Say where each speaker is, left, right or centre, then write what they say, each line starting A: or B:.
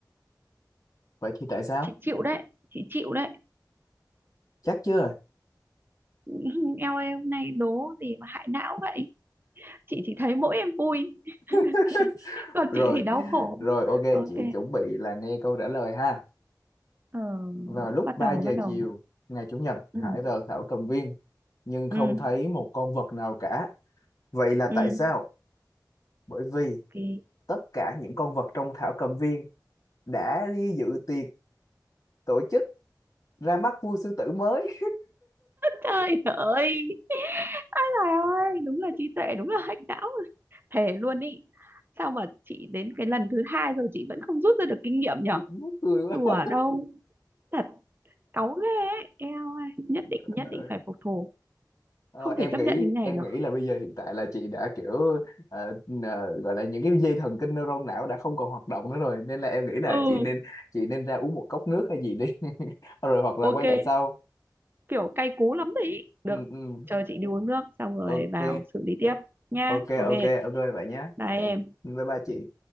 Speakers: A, on the left; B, on the right.
A: vậy thì tại sao
B: chị chịu đấy, chị chịu đấy.
A: chắc chưa
B: <laughs> Eo ơi, hôm nay đố gì mà hại não vậy? Chị chỉ thấy mỗi em vui. <laughs>
A: <laughs>
B: còn
A: rồi
B: chị thì đau khổ
A: rồi ok
B: ok
A: chị chuẩn bị là nghe câu trả lời ha
B: ờ,
A: vào lúc
B: bắt
A: 3
B: đầu
A: giờ
B: bắt đầu
A: chiều ngày chủ nhật Hải
B: ừ
A: vào thảo cầm viên nhưng không
B: ừ
A: thấy một con vật nào cả vậy là
B: ừ
A: tại sao bởi vì
B: ok
A: tất cả những con vật trong thảo cầm viên đã đi dự tiệc tổ chức ra mắt vua sư tử mới
B: trời ơi ai là ơi đúng là trí tuệ đúng là hack não rồi. thề luôn ý sao mà chị đến cái lần thứ hai rồi chị vẫn không rút ra được kinh nghiệm
A: <laughs>
B: nhở
A: mắc cười quá
B: đùa đâu thật cáu ghê ấy eo ơi nhất định
A: <laughs>
B: nhất định phải phục thù
A: Ờ,
B: không thể
A: em
B: chấp
A: nghĩ
B: nhận như này
A: em
B: được
A: nghĩ là bây giờ hiện tại là chị đã kiểu ờ, ờ, gọi là những cái dây thần kinh neuron não đã không còn hoạt động nữa rồi nên là em nghĩ là
B: ừ
A: chị nên chị nên ra uống một cốc nước hay gì đi <laughs> rồi hoặc là
B: ok
A: quay lại sau
B: kiểu cay cú lắm đấy ý. được
A: ừ, ừ.
B: chờ chị đi uống nước xong rồi
A: ok
B: vào xử lý tiếp nha
A: ok
B: ok
A: ok ok vậy nhé
B: bye em
A: bye bye chị